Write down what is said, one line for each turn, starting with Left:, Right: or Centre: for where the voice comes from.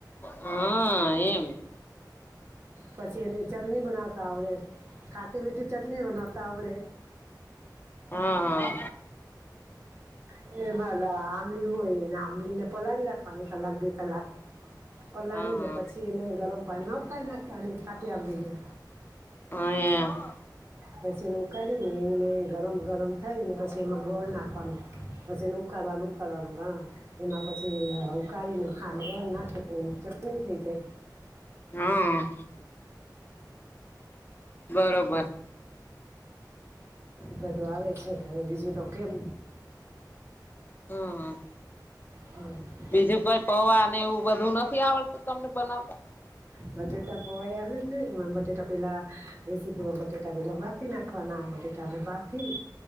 Left: હા એમ
Right: પછી ઓલી ચટણી બનાવતા આવડે ખાટી મીઠી ચટણી બનાવતા આવડે.
Left: હા હા
Right: <unintelligible> એ મા આંબલી હોય ને આંબલી ને પલાળી રાખ <unintelligible> કલાક બે કલાક પલાળીને
Left: હા
Right: પછી એને ગરમ પાણીમાં ઉકાલ નાખવાની ખાટી આંબલી ને
Left: અ
Right: પછી એને ઉકાળી ને એને ગરમ ગરમ થઈને પછી એમાં ગોળ નાખવાનો પછી ઉકાળવાનું ઉકાળવાનું હ એમાં પછી ઉકાળીને ખાંડ નાખી ચટણી થય
Left: હમ બરોબર
Right: બધું આવે છે હવે બીજું તો કેમ
Left: હ હ
Right: હમ
Left: બીજું કોઈ પૈવાને એવું બધું નથી આવડતું તમને બનાવતા?
Right: હ બટેટા પોવા ને એમાં બટેટા પેલા રેસીપીઓ બટેટા પેલા બાફી નાખવાના નાખવાના બટેટા ને બાફી